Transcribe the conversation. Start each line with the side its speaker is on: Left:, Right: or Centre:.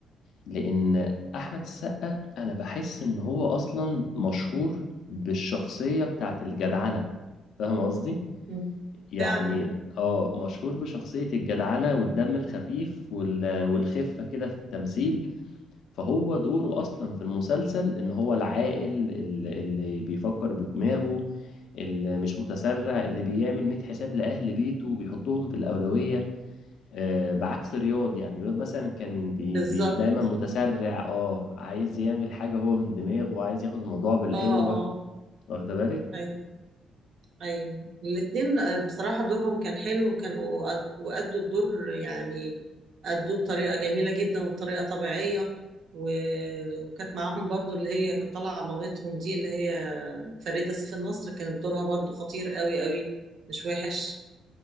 Left: لان احمد السقا انا بحس ان هو اصلا مشهور بالشخصيه بتاعت الجدعنه فاهم قصدي
Right: مم.
Left: يعني
Right: فعلا
Left: اه مشهور بشخصيه الجدعنه والدم الخفيف وال... والخفه كده في التمثيل فهو دوره اصلا في المسلسل ان هو العاقل ال- اللي بيفكر بدماغه اللي مش متسرع اللي بيعمل 100 حساب لاهل بيته وبيحطهم في الاولويه آه، بعكس رياض يعني رياض مثلا كان بي
Right: بالظبط
Left: بي دايما متسرع اه عايز يعمل حاجة هو من دماغه وعايز ياخد الموضوع بالقوة
Right: اه اه
Left: واخدة بالك
Right: ايوه ايوه الاتنين آه، بصراحة دورهم كان حلو وكانوا قد- وأدوا الدور يعني أدوه بطريقة جميلة جدا وبطريقة طبيعية و- وكانت معاهم برضو اللي هي كانت طالعة مامتهم دي اللي هي فريدة سيف النصر كانت دورها برضو خطير قوي قوي مش وحش